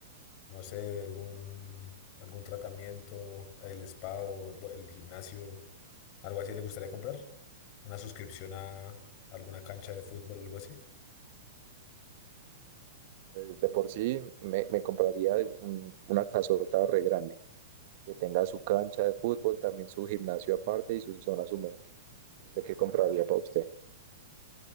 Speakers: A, on the left; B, on the right.
A: no sé, algún, algún tratamiento, el spa o el bo- el gimnasio ¿Algo así le gustaría comprar? ¿Una suscripción a alguna cancha de fútbol, algo así?
B: Pues, de por sí me, me compraría de un- una casota re grande. que tenga su cancha de fútbol, también su gimnasio aparte y sus zonas húmedas. ¿Usted qué compraría para usted?